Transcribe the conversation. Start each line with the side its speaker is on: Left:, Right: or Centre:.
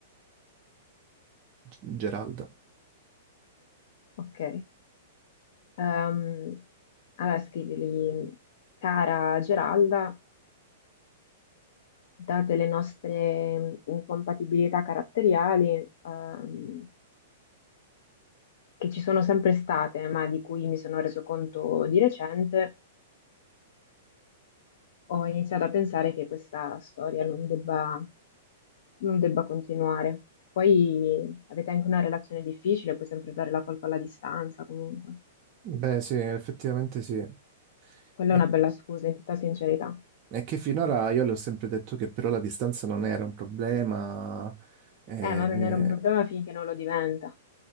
Right: G- Geralda.
Left: Ok, Ehm, allora scrivili, cara Geralda, date le nostre mm, incompatibilità caratteriali, ehm, che ci sono sempre state, ma di cui mi sono reso conto di recente, ho iniziato a pensare che questa storia non debba, non debba continuare. Poi avete anche una relazione difficile, puoi sempre dare la colpa alla distanza, comunque.
Right: Beh, sì, effettivamente sì.
Left: Quella
Right: E
Left: è una bella scusa, in tutta sincerità.
Right: È che finora io le ho sempre detto che però la distanza non era un problema. Eh,
Left: Eh, ma non era un problema finché non lo diventa.